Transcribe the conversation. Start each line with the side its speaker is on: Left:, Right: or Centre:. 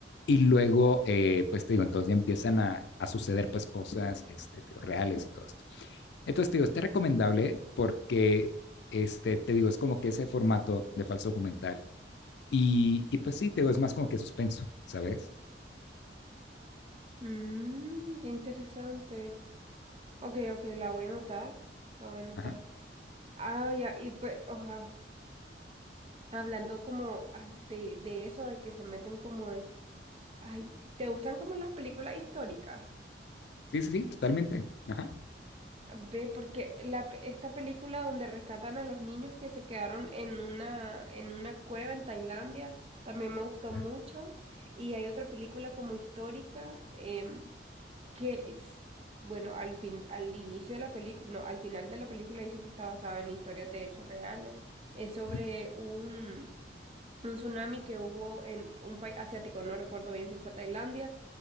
Left: y luego, eh, pues te digo, entonces ya empiezan a, a suceder pues cosas, este, te digo, reales y todo esto. Entonces, te digo, está recomendable porque, este, te digo, es como que ese formato de falso documental. Y, y pues sí, te digo, es más como que suspenso, ¿sabes?
Right: Mmm, qué interesante. Ok, ok, la voy a anotar. La voy a anotar.
Left: Ajá.
Right: Ah, ya, y pues, oja, hablando como, ay, de, de eso, de que se meten como en- Ay, ¿te gustan como las películas históricas?
Left: Sí, sí, sí, totalmente. Ajá.
Right: Ve, porque la, pe- esta película donde rescatan a los niños que se quedaron en una, en una cueva en Tailandia, también me gustó
Left: Ajá.
Right: mucho. Y hay otra película como histórica, em, que es- bueno, al fin, al inicio de la película, no, al final de la película dice que está basada en historias de hechos reales. Es sobre
Left: ujú,
Right: un, un tsunami que hubo en un país asiático, no recuerdo bien si fue Tailandia